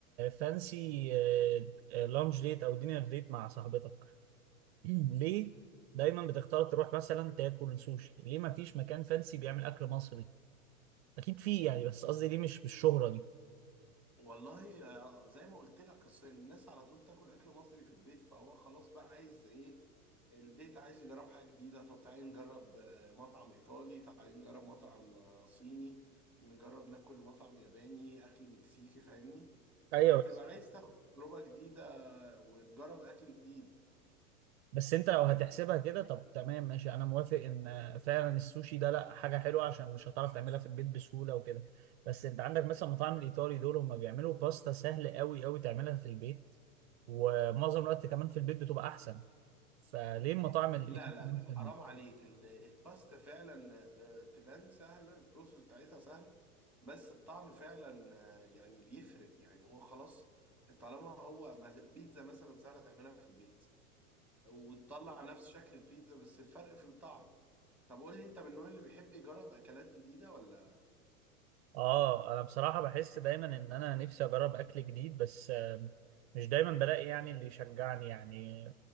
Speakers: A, on the right; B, in the centre.
A: فانسي لانش ديت او دينر ديت مع صاحبتك <clears throat> ليه دايما بتختار تروح مثلا تاكل سوشي ليه ما فيش مكان فانسي بيعمل اكل مصري اكيد فيه يعني بس قصدي ليه مش بالشهرة دي
B: والله آه، زي ما قلت لك الصين الناس على طول تاكل اكل مصري في البيت فهو خلاص بقى عايز ايه البيت عايز يجرب حاجه جديده طب تعالي نجرب آه، مطعم ايطالي تعالي نجرب مطعم آه، صيني نجرب ناكل مطعم ياباني اكل مكسيكي فاهمني
A: ايوه
B: فبتبقى
A: بس
B: عايز تاخد تجربه جديده آه، وتجرب اكل جديد
A: بس انت لو هتحسبها كده طب تمام ماشي انا موافق ان فعلا السوشي ده لا حاجه حلوه عشان مش هتعرف تعملها في البيت بسهوله وكده بس انت عندك مثلا المطاعم الايطالي دول هم بيعملوا باستا سهل قوي قوي تعملها في البيت ومعظم الوقت كمان في البيت بتبقى احسن فليه المطاعم الايطالي
B: لا لا
A: مثلا
B: لا حرام عليك ال- الباستا فعلا آه، تبان سهلة البروسيس بتاعتها سهل بس الطعم فعلا آه، يعني بيفرق يعني هو خلاص طالما هو ما- البيتزا مثلا سهلة تعملها في البيت وتطلع نفس شكل البيتزا بس الفرق في الطعم طب قول لي انت من النوع اللي بيحب يجرب اكلات جديدة ولا
A: اه انا بصراحة بحس دايما ان انا نفسي اجرب اكل جديد بس آه، مش دايما بلاقي يعني اللي يشجعني يعني